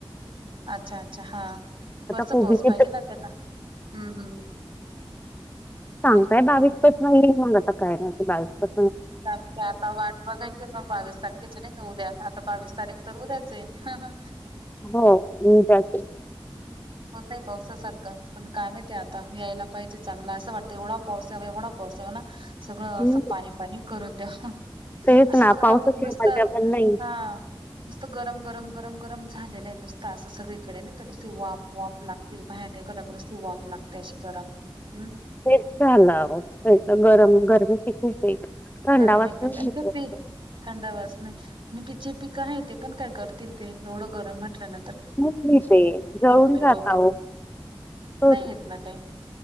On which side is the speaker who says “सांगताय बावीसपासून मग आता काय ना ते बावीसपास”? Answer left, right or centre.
Left